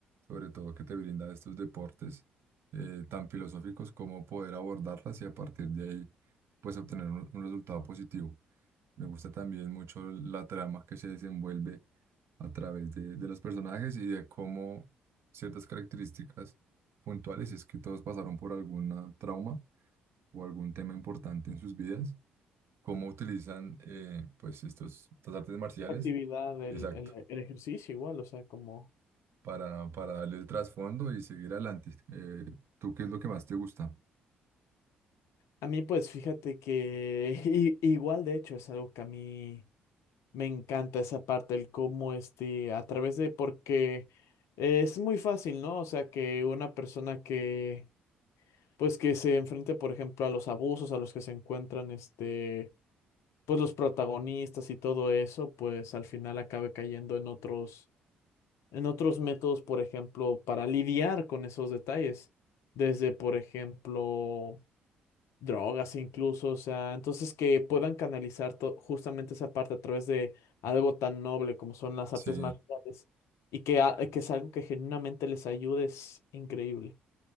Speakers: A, on the right; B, on the left.
A: sobre todo que te brinda estos deportes eh, tan filosóficos, como poder abordarlas y a partir de ahí pues obtener un un resultado positivo. Me gusta también mucho la trama que se desenvuelve a través de, de los personajes y de cómo ciertas características puntuales, si es que todos pasaron por algún trauma o algún tema importante en sus vidas, cómo utilizan eh, pues estos, estas artes marciales,
B: La actividad, el,
A: exacto,
B: el, el ejercicio igual, o sea, como...
A: para, para darle el trasfondo y seguir adelante. Eh, ¿tú qué es lo que más te gusta?
B: A mí pues fíjate que <laughs> i- igual de hecho es algo que a mí Me encanta esa parte, el cómo este, a través de, porque eh, es muy fácil, ¿no? O sea, que una persona que, pues que se enfrente, por ejemplo, a los abusos a los que se encuentran, este, pues los protagonistas y todo eso, pues al final acabe cayendo en otros, en otros métodos, por ejemplo, para lidiar con esos detalles. Desde, por ejemplo, drogas incluso, o sea, entonces que puedan canalizar to- justamente esa parte a través de algo tan noble como son las
A: Sí,
B: artes marciales y que, a- que es algo que genuinamente les ayude es increíble.